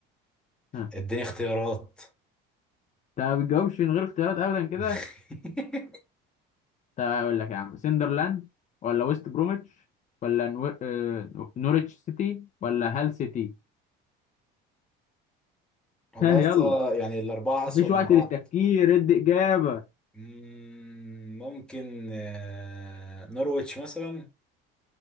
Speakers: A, on the left; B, in the centre.
A: ها
B: اديني اختيارات
A: انت ما بتجاوبش من غير اختيارات ابدا كده
B: <laughs>
A: طب اقول لك يا عم سندرلاند ولا ويست بروميتش ولا نو... آه... نوريتش سيتي ولا هال سيتي
B: والله
A: ها
B: اصلا
A: يلا
B: يعني الاربعه
A: مفيش
B: اسوأ من
A: وقت
B: بعض
A: للتفكير ادي إجابة
B: مم، ممكن آه، نورويتش مثلا